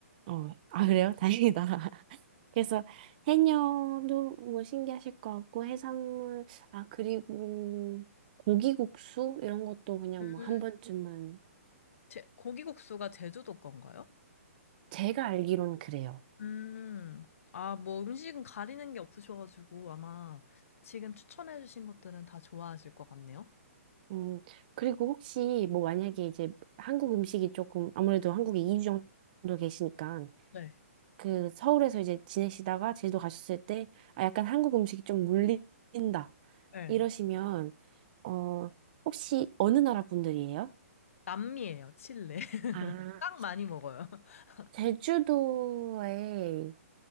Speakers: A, on the right; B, on the left.
A: 어, 아, 그래요? <laughs> 다행이다. 그래서 해녀도 뭐 신기하실 것 같고, 해산물, 아, 그리고 고기국수? 이런 것도 그냥
B: 음,
A: 뭐 한 번쯤은,
B: 제, 고기국수가 제주도 건가요?
A: 제가 알기로는 그래요.
B: 음, 아, 뭐 음식은 가리는 게 없으셔가지고 아마 지금 추천해주신 것들은 다 좋아하실 것 같네요.
A: 음, 그리고 혹시 뭐 만약에 이제 한국 음식이 조금, 아무래도 한국에 2주 정도 계시니까,
B: 네.
A: 그 서울에서 이제 지내시다가 제주도 가셨을 때, 아, 약간 한국 음식이 좀 물린다.
B: 네.
A: 이러시면, 어, 혹시 어느 나라 분들이에요?
B: 남미예요, 칠레. <laughs>
A: 아,
B: 딱 많이 먹어요. <laughs>
A: 제주도에